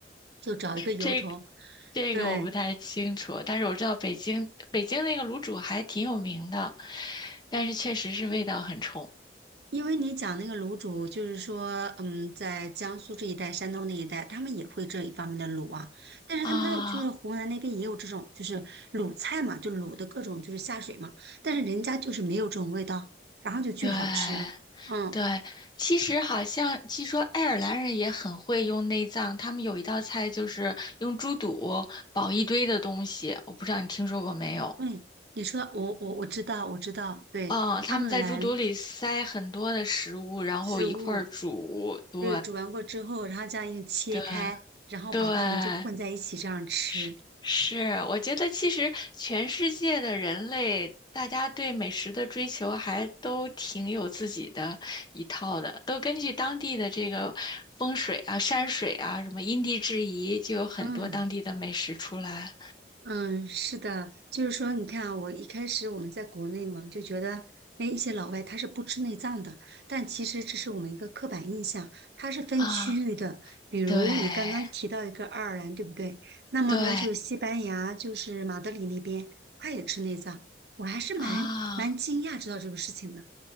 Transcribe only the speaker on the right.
就找一个由头。
对，
因为你讲那个卤煮，就是说，嗯，在江苏这一带、山东那一带，他们也会这一方面的卤啊，但是他们那就是湖南那边也有这种，
就是卤菜嘛，就卤的各种就是下水嘛，但是人家就是没有这种味道，然后就巨好吃，
嗯。
嗯，你说我我我知道我知道，对，
爱尔兰
食物，
对，煮完过之后，然后这样一切开，
然后把它们就混在一起这样吃。
嗯。嗯，是的，就是说，你看啊，我一开始我们在国内嘛，就觉得，哎，一些老外他是不吃内脏的，但其实这是我们一个刻板印象，它是分区域的。
比如你刚刚提到一个爱尔兰，
对不对？那么呢，
就是西班牙，就是马德里那边，他也吃内脏，我还是蛮蛮惊讶知道这个事情的